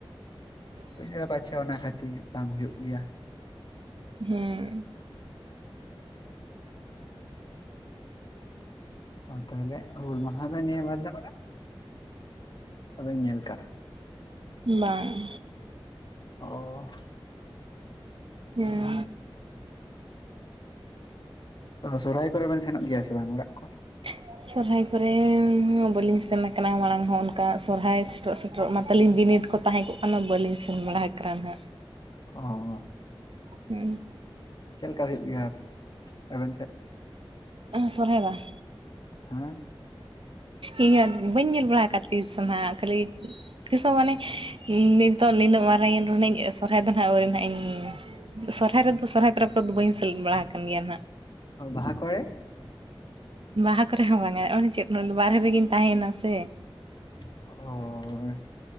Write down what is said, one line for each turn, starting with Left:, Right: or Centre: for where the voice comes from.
Right: ᱦᱮᱸ <inaudible>
Left: ᱞᱟᱸᱭᱮᱟ ᱯᱟᱪᱷᱮ ᱚᱱᱟ ᱠᱷᱟᱛᱤᱨ ᱵᱟᱝ ᱦᱩᱭᱩᱼᱜ ᱜᱮᱭᱟ ᱾
Right: ᱦᱩᱸ
Left: ᱛᱟᱦᱚᱞᱮ ᱦᱩᱞ ᱢᱟᱦᱟ ᱫᱚ ᱱᱤᱭᱟᱹ ᱵᱟᱨ ᱫᱚ ᱵᱟᱵᱮᱱ ᱧᱮᱞ ᱠᱟᱜ?
Right: ᱵᱟᱝ ᱾
Left: ᱚ
Right: ᱦᱩᱸ
Left: ᱚᱱᱟ ᱥᱚᱨᱦᱟᱭ ᱠᱚᱨᱮ ᱵᱮᱱ, ᱥᱮᱱᱚᱜ ᱜᱮᱭᱟ ᱥᱮ ᱵᱟᱝ ᱚᱲᱟᱜ ᱠᱚ?
Right: ᱦ <inaudible> ᱥᱚᱨᱚᱦᱟᱭ ᱠᱚᱨᱮ ᱦᱚᱸ, ᱵᱟᱹᱞᱤᱧ ᱥᱮᱱ ᱟᱠᱟᱱᱟ ᱢᱟᱲᱟᱝ ᱦᱚᱸ ᱚᱱᱠᱟ, ᱥᱚᱨᱦᱟᱭ ᱥᱮᱴᱮᱨᱚᱜ ᱼᱥᱮᱴᱮᱨᱚᱜ ᱢᱟ ᱛᱟᱹᱟᱞᱤᱧ ᱵᱤᱱᱤᱰ ᱠᱚ ᱛᱟᱦᱮᱸ ᱠᱚᱜ ᱠᱟᱱᱟ ᱾ᱵᱟᱹᱞᱤᱧ ᱥᱮᱱ ᱵᱟᱲᱟ ᱠᱟᱜ ᱱᱟᱜ
Left: ᱚ
Right: ᱦᱩᱸ
Left: ᱪᱮᱫ ᱞᱮᱠᱟ ᱦᱩᱭᱩᱜ ᱜᱮᱭ-ᱟ ᱾ᱟᱵᱮᱱ ᱥᱮᱫ?
Right: ᱟ ᱥᱚᱨᱦᱟᱭ ᱵᱟᱝ?
Left: ᱦᱩᱸ
Right: ᱤᱭᱟᱹ ᱵᱟᱹᱧ ᱧᱮᱞ ᱵᱟᱲᱟ ᱟᱠᱟᱫ ᱛᱤᱥ ᱦᱚᱸ ᱵᱟ ᱠᱷᱟᱹᱞᱤ ᱛᱤᱥ ᱦᱚᱸ ᱢᱟᱱᱮ, ᱱᱤᱛᱚᱜ ᱱᱤᱱᱟᱹᱜ ᱢᱟᱨᱟᱝ ᱼᱮᱱ ᱨᱮᱦᱚᱸᱧ ᱥᱚᱨᱦᱟᱭ ᱫᱚ ᱱᱟᱸᱜ ᱟᱣᱨᱤᱧ ᱱᱟᱜᱼ ᱤᱧ ᱥᱚᱨᱦᱟᱭ ᱨᱮᱫᱚ ᱥᱚᱨᱦᱟᱭ ᱯᱚᱨᱚᱵᱽ ᱠᱚᱨᱮ ᱫᱚ, ᱵᱟᱹᱧ ᱥᱮᱞᱮᱫ ᱵᱟᱲᱟ ᱟᱠᱟᱱ ᱜᱮᱭᱟ ᱾ᱱᱟᱜ
Left: ᱚ ᱵᱟᱦᱟ ᱠᱚᱨᱮ?
Right: ᱵᱟᱦᱟ ᱠᱚᱨᱮ ᱦᱚᱸ ᱵᱟᱝ ᱟ ᱾ᱚᱱᱮ ᱪᱮᱫ ᱵᱟᱦᱨᱮ ᱨᱮᱜᱮᱧ ᱛᱟᱦᱮᱭᱮᱱᱟ ᱥᱮ
Left: ᱳᱳ